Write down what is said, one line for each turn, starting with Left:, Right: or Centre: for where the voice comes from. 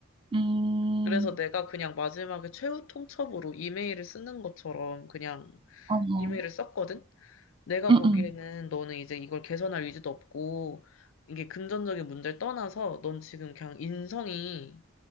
Right: 음,
Left: 그래서 내가 그냥 마지막에 최후 통첩으로 이메일을 쓰는 것처럼 그냥
Right: 어, 머
Left: 이메일을 썼거든? 내가
Right: 음,
Left: 보기에는
Right: 음,
Left: 너는 이제 이걸 개선할 의지도 없고, 이게 금전적인 문제를 떠나서 넌 지금 그냥 인성이